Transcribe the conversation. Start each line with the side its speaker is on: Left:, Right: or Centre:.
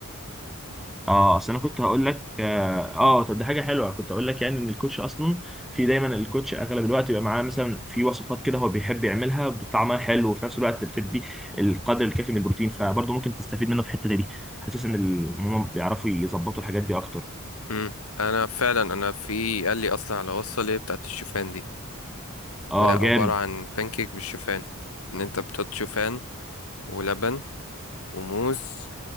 Centre: اه اصل انا كنت هقول لك اه آه، طب دي حاجه حلوه كنت هقول لك يعني ان الكوتش اصلا في دايما الكوتش اغلب الوقت بيبقى معاه مثلا في وصفات كده هو بيحب يعملها بطعمها حلو وفي نفس الوقت بتدي القدر الكافي من البروتين فبرضه ممكن تستفيد منه في الحته دي حاسس ان ال- هم بيعرفوا يظبطوا الحاجات دي اكتر
Left: مم. انا فعلا انا في قال لي اصلا على وصفه اللي هي بتاعت الشوفان دي
Centre: اه
Left: وهي عباره
Centre: جامد
Left: عن بانكيك بالشوفان ان انت بتحط شوفان ولبن وموز